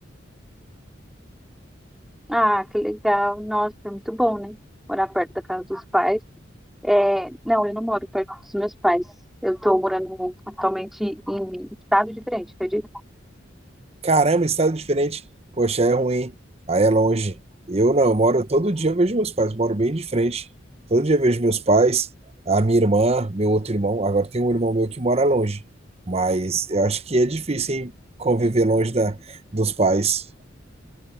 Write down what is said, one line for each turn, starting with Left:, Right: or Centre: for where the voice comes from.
Centre: Ah, que legal. Nossa, é muito bom, né? Morar perto da casa dos pais. É, não, eu não moro perto dos meus pais. Eu estou morando atualmente em estado diferente, acredito.
Right: Caramba, estado diferente. Poxa, é ruim. Aí é longe. Eu não, eu moro todo dia, eu vejo meus pais. Moro bem de frente. Todo dia eu vejo meus pais, a minha irmã, meu outro irmão. Agora tem um irmão meu que mora longe. Mas eu acho que é difícil, hein, conviver longe da, dos pais.